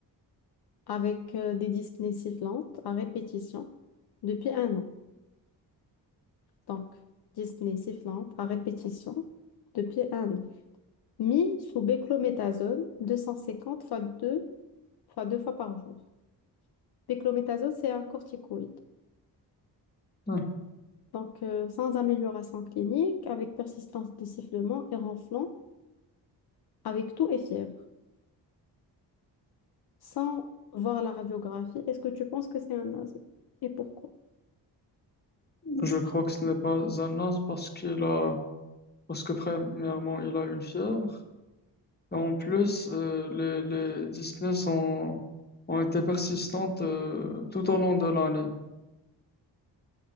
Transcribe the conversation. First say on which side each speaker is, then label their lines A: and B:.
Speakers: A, on the left; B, on the left.
A: avec euh, des dyspnées sifflantes à répétition depuis un an. Donc, dyspnées sifflantes à répétition depuis un an. mis sous béclométasone 250 fois 2 fois deux fois par jour. Béclométasone, c'est un corticoïde.
B: Ouais.
A: Donc, euh, sans amélioration clinique, avec persistance des sifflements et ronflements, avec toux et fièvre, sans voir la radiographie, est-ce que tu penses que c'est un asthme? Et pourquoi?
B: Je crois que ce n'est pas un asthme parce qu'il a, parce que premièrement, il a une fièvre. Et en plus, euh, les, les dyspnées sont, ont été persistantes euh, tout au long de l'année.